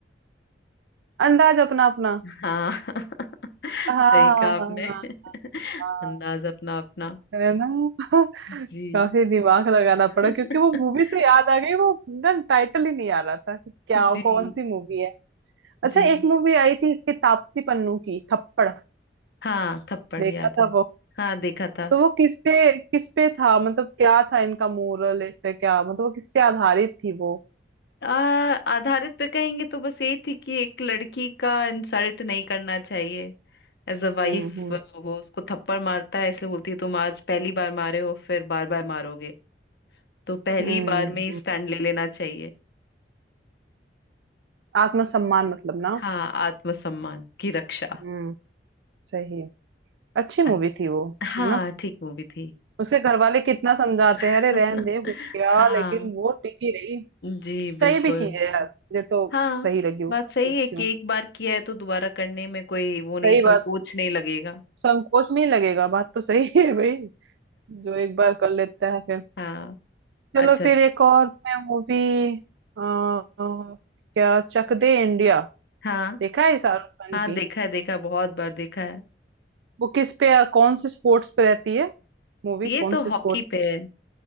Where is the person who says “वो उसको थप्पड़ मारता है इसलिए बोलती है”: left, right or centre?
Left